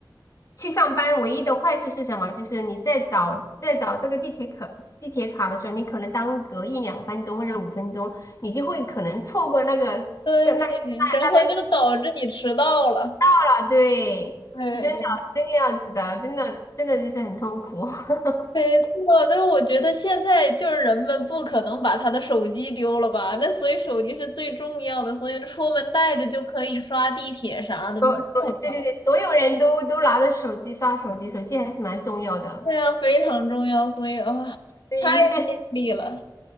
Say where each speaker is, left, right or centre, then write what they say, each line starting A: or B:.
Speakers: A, on the left; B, on the left.
A: 去上班唯一的坏处是什么？就是你在找在找这个地铁卡地铁卡的时候，你可能耽搁一两分钟或者五分钟，你就会可能错过那个
B: 对，
A: 那那那
B: 然后就导致你迟到了。
A: 那班车了。对，
B: 对，
A: 是真的，真的样子的，真的真的就是很痛苦。<laughs>
B: 没错，但是我觉得现在就是人们不可能把他的手机丢了吧？那所以手机是最重要的，所以出门带着就可以刷地铁啥的，
A: 所对对对，
B: 你知道吗？
A: 所有人都都拿着手机刷手机，手机还是蛮重要的。
B: 这样非常重要，所以啊，
A: 对
B: 太
A: <laughs>
B: 利了，